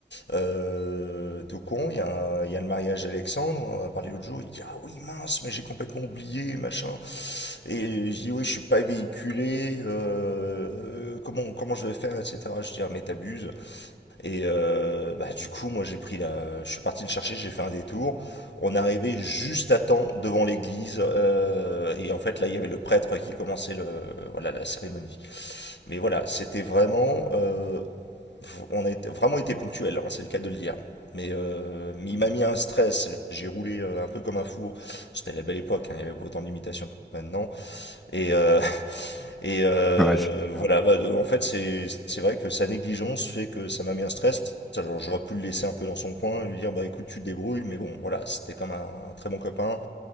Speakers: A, on the left (about 75°); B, in the centre.
A: euh, tout con, il y a, il y a le mariage d'Alexandre. On a parlé l'autre jour. Il dit, ah oui, mince, mais j'ai complètement oublié, machin. Et je dis, oui, je suis pas véhiculé, euh, comment, comment je vais faire, etc. Je dis, ah, mais t'abuses. Et euh, bah, du coup, moi, j'ai pris la... je suis parti le chercher, j'ai fait un détour. On arrivait juste à temps devant l'église. euh, et en fait, là, il y avait le prêtre qui commençait le, voilà, la cérémonie. Mais voilà, c'était vraiment. euh, on a été- vraiment été ponctuel, hein, c'est le cas de le dire. Mais, euh, mais il m'a mis un stress. J'ai roulé euh, un peu comme un fou. C'était la belle époque, hein, il y avait pas autant de limitations que maintenant. Et, euh, et euh,
B: ouais, c'est sûr.
A: voilà, bah, de- en fait, c'est c'est vrai que sa négligence fait que ça m'a mis un stress. Alors, j'aurais pu le laisser un peu dans son coin et lui dire, bah écoute, tu te débrouilles, mais bon, voilà, c'était comme un, un très bon copain.